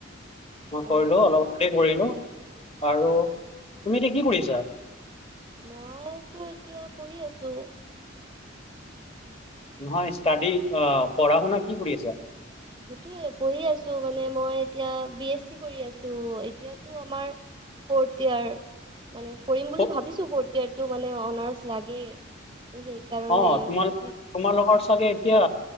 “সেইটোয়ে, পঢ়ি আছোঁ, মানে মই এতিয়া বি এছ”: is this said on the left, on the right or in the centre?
Right